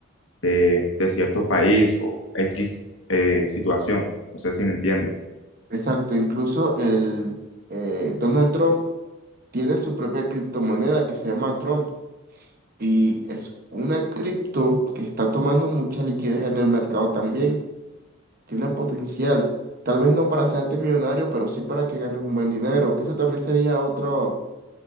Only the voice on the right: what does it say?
Exacto, incluso el eh, Donald Trump tiene su propia criptomoneda que se llama Trump y es una cripto que está tomando mucha liquidez en el mercado también. Tiene potencial, tal vez no para hacerte millonario, pero sí para que ganes un buen dinero. Eso también sería otro,